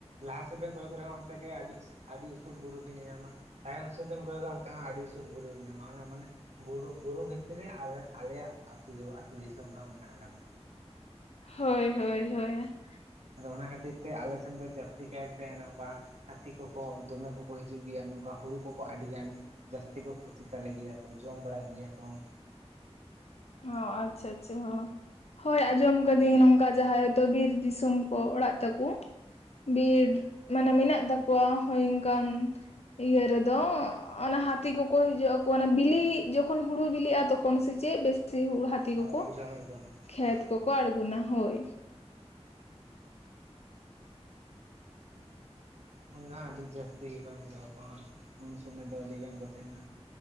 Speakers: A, on the right (about 80°); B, on the left (about 70°).
A: ᱞᱟᱦᱟ ᱥᱮᱫ ᱵᱮᱱ ᱠᱚᱭᱚᱠ ᱨᱮᱦᱚᱸ ᱚᱱᱛᱮ ᱜᱮ ᱟᱹᱰᱤ, ᱟᱹᱰᱤ ᱩᱥᱩᱞ ᱵᱩᱨᱩ ᱵᱤᱱ ᱧᱮᱧᱟᱢᱟ᱾ ᱛᱟᱭᱚᱢ ᱥᱮᱫᱤᱱ ᱠᱚᱭᱚᱜᱼᱟ ᱚᱱᱛᱮᱦᱚᱸ ᱟᱹᱰᱤ ᱩᱥᱩᱞ ᱵᱩᱨᱩ ᱧᱟᱢᱟ ᱚᱱᱟ ᱢᱟᱱᱮ ᱵᱩᱨᱩ ᱵᱷᱤᱛᱨᱤ ᱨᱮ ᱟᱞᱮ ᱟᱞᱮᱭᱟᱜ ᱟᱹᱛᱩ ᱫᱚ ᱟᱹᱛᱩ ᱫᱤᱥᱚᱢ ᱫᱚ ᱦᱟᱸᱜ ᱢᱮᱱᱟᱜᱼᱟ ᱠᱟᱫᱟ᱾
B: ᱦᱳᱭ ᱦᱳᱭ ᱦᱳᱭ ᱾
A: ᱟᱫᱚ ᱚᱱᱟ ᱠᱷᱟᱹᱛᱤᱨ ᱛᱮ ᱟᱞᱮ ᱥᱮᱱ ᱫᱚ ᱡᱟᱹᱥᱛᱤ ᱠᱟᱭᱛᱮ ᱱᱚᱝᱠᱟᱼᱼ ᱦᱟᱹᱛᱤ ᱠᱚᱠᱚ ᱫᱚᱢᱮ ᱠᱚᱠᱚ ᱦᱤᱡᱩᱜ ᱜᱮᱭᱟ ᱱᱚᱝᱠᱟ ᱦᱩᱲᱩ ᱠᱚᱠᱚ ᱟᱹᱰᱤ ᱜᱟᱱᱼᱼ ᱡᱟᱹᱥᱛᱤ ᱠᱚ ᱠᱷᱩᱛᱤ ᱛᱟᱞᱮ ᱜᱮᱭᱟ ᱠᱚ ᱾ ᱡᱚᱢ ᱵᱟᱲᱟᱭ ᱜᱮᱭᱟ ᱠᱚ ᱾
B: ᱚ ᱟᱪᱪᱷᱟ ᱟᱪᱪᱷᱟ ᱦᱚ ᱾ ᱦᱳᱭ ᱟᱸᱡᱚᱢ ᱠᱟᱹᱫᱤᱧ ᱱᱚᱝᱠᱟ ᱡᱟᱦᱟᱸᱭ ᱦᱚᱭᱛᱚ ᱵᱤᱨ ᱫᱤᱥᱚᱢ ᱠᱚ ᱚᱲᱟᱜ ᱛᱟᱠᱚ᱾ ᱵᱤᱨ ᱢᱟᱱᱮ ᱢᱮᱱᱟᱜ ᱛᱟᱠᱚᱣᱟ ᱦᱳᱭ ᱚᱝᱠᱟᱱ ᱤᱭᱟᱹ ᱨᱮᱫᱚ ᱚᱱᱟ ᱦᱟᱹᱛᱤ ᱠᱚᱠᱚ ᱦᱤᱡᱩᱜ ᱟᱠᱚ ᱚᱱᱟ ᱵᱤᱞᱤᱜ ᱡᱚᱠᱷᱚᱱ ᱦᱩᱲᱩ ᱵᱤᱞᱤᱜᱼᱟ ᱛᱚᱠᱷᱚᱱ ᱥᱮ ᱪᱮᱫ ᱵᱮᱥ? ᱥᱮ ᱦᱟᱹᱛᱤ ᱠᱚᱠᱚ
A: ᱦᱳᱭ ᱮᱠᱫᱚᱢ ᱮᱠᱫᱚᱢ ᱮᱠᱫᱚᱢ
B: ᱠᱷᱮᱛ
A: ᱦᱳᱭ ᱦᱳᱭ
B: ᱠᱚᱠᱚ ᱟᱲᱜᱳᱱᱟ ᱦᱳᱭ᱾
A: ᱩᱱ ᱫᱚ ᱦᱟᱸᱜ ᱟᱹᱰᱤ ᱡᱟᱹᱥᱛᱤ ᱜᱮᱠᱚ ᱧᱮᱞᱚᱜ ᱟᱠᱚ ᱦᱟᱸᱜ ᱩᱱ ᱥᱩᱢᱟᱹᱭ ᱫᱚ ᱟᱹᱰᱤ ᱜᱟᱱ ᱠᱚ ᱛᱟᱦᱮᱸᱱᱟ᱾